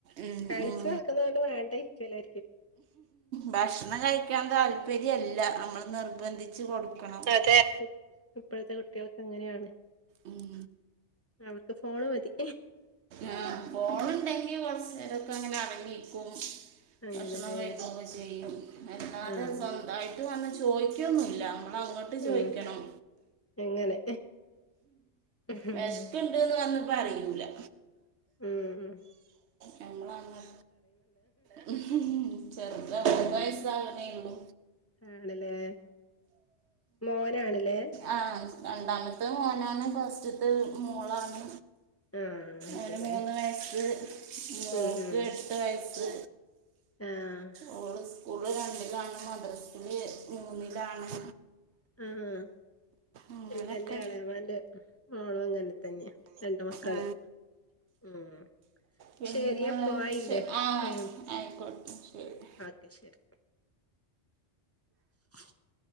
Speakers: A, on the right; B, on the left.
A: ഉം
B: കളിച്ച്
A: ഉം
B: നടക്കുന്നൊണ്ട് വേണ്ട യിരിക്കല്ലെ?
A: ഭക്ഷണം കഴിക്കാൻ താല്പര്യല്ല. നമ്മള് നിർബന്ധിച്ച് കൊടുക്കണം. ക്കണം. അതെ.
B: ഇ- ഇപ്പോഴത്തെ കുട്ടികളൊക്കെ അങ്ങനെയാണ്.
A: ഉം
B: അവർക്ക് ഫോണ് മതി.
A: ആ. ഫോൺ ന്ടെങ്ങി കൊറച്ചെരോക്കെ, അങ്ങനെ അടങ്ങിക്കും.
B: അങ്ങനെല്ലേ
A: ഭക്ഷണം കഴിക്കൊക്കെ ചെയ്യും. അല്ലാതെ
B: ആഹ്
A: സ്വന്തമായിട്ട് ട്ട് വന്ന് ചോയ്ക്കൊന്നുല്ല. നമ്മള് അങ്ങട്ട് ട്ട് ചോയ്ക്കണം.
B: ഉം അങ്ങനെ ഉം
A: വെഷ് ക്കണ് ന്ന് വന്ന് പറയൂലാ.
B: ഉം, ഉം.
A: ഞങ്ങ <unintelligible> ചെറുതാ ഒരു വയസ്സാവണേള്ളു.
B: ആണ്ല്ലേ? മോനാണ് ല്ലേ?
A: ആ. രണ്ടാമത്തെ മോനാണ്, ഫസ്റ്റത്തെ മോളാണ്.
B: ആഹ് അതെല്ലേ
A: ഓന് മൂന്ന് വയസ്സ്. മോക്ക്
B: ഉം ഉം
A: എട്ട് വയസ്സ്.
B: ആഹ്
A: ഓള് സ്കൂള് രണ്ടിലാണ്, മദ്രസില് മൂന്നിലാണ്.
B: ആഹ്, ആഹ്.
A: അങ്ങനൊക്കെ
B: ഇവിടെ എന്റെ എളാമാന്റെ മോളും അങ്ങനെ തന്നെയാ, രണ്ട് മക്കള്.
A: ആ,
B: ഉം.
A: പിന്നെ
B: ശരി അപ്പോ ആയില്ലേ?
A: ശ- ആ
B: ടൈം?
A: ആയിക്കോട്ടെ ശരി
B: ഓക്കെ. ശരി. <inaudible>